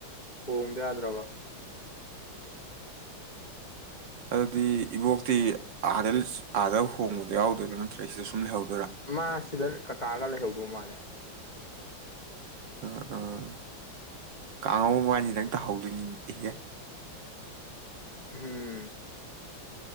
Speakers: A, on the left; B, on the right.
A: ꯍꯣꯡꯗ ꯌꯥꯗ꯭ꯔꯕ
B: ꯑꯗꯨꯗꯤ ꯏꯕꯣꯛꯇꯤ ꯑꯥꯗ ꯑꯥꯗ ꯍꯣꯡꯕꯗꯣ ꯌꯥꯎꯗꯣꯏꯔꯥ ꯅꯠꯇ꯭ꯔꯦ ꯁꯤꯗ ꯁꯨꯝ ꯂꯩꯍꯧꯗ
A: ꯃꯥꯁꯤꯗ ꯀ ꯀꯥꯒꯂ ꯍꯎꯗ ꯃꯥꯅꯦꯦ
B: ꯑꯝ ꯎꯥ ꯀꯥꯡꯉꯕꯕꯥꯅꯤ ꯅꯪ ꯇꯥꯍꯧꯗꯣꯏꯅꯤ ꯏꯍꯦ
A: ꯎꯝ